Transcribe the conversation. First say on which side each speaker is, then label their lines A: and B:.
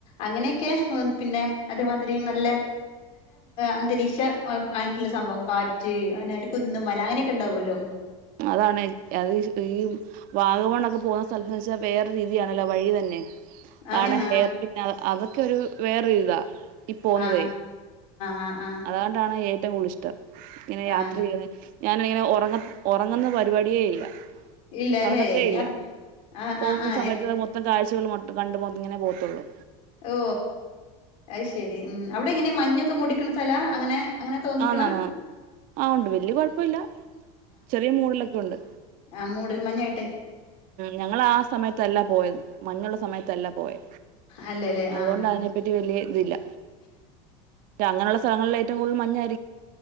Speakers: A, on the left; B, on the right.
A: അങ്ങനെക്ക പിന്നെ അതേമതിരി നല്ല അന്തരീക്ഷമായിട്ടുള്ള സംഭവം കാറ്റ് കുന്ന് മല അങ്ങനെയൊക്കെ ഉണ്ടാവോല്ലോ
B: അതാണ് ആ ഈ വാഗമൺ ഒക്കെ പോകുന്ന സ്ഥലത്ത് വേറെ ഒരു രീതിയാണല്ലോ വഴി തന്നെ
A: ആ ആ
B: ആണ്
A: ആ
B: എയർ പിന്നെ ആണ് ഒരു വേറെയൊരുത്ത ഇ പോന്നത്തെ
A: ആ ആ ആ ആ
B: അതോണ്ട്ആണ് ഏറ്റവും കൂടുതൽ ഇ <unintelligible> എങ്ങനെ യാത്ര
A: ആ
B: ചെയ്യണേ ഞാനിങ്ങനെ ഉറങ്ങ് ഉറങ്ങുന്ന പരിപാടിയല്ലേ
A: ഇല്ലല്ലേ
B: ഉറങ്ങാതെ ഇല്ല
A: ആ
B: പോകുന്ന
A: ആ ആ
B: സമയത്തെ മൊത്തം കാഴ് ച്ചകൾ മൊത്തം കണ്ട് ഇങ്ങനെ പോത്തോളു
A: ഓ അത് ശരി ഉം അവിടെയ എങ്ങനെയാ മഞ്ഞുതുടിനിക്കുന്ന സ്ഥല അങ്ങനെ അങ്ങനെ തോന്നിക്കണ
B: അന്ന് അന്ന് ആ വല്യക്കുഴപ്പം ഇല്ല ചെറിയ മൂഡ്യാലോകെ ക്കുണ്ട്
A: ആ മൂടൽമഞ്ഞ്
B: ഞങ്ങള് ആ സമയത്ത് അല്ല പോയത് മഞ്ഞ് ഒള്ള സമയത്ത് അല്ല പോയെ
A: അല്ലല്ലേ
B: അതുകൊണ്ട്
A: ആഹ്
B: അതിനെപ്പറ്റി വല്യ ഇതല്ല അങ്ങനെ ഒള്ള സ്ഥലങ്ങളിൽ ഏറ്റവുംകൂടുതൽ മഞ്ഞ് അ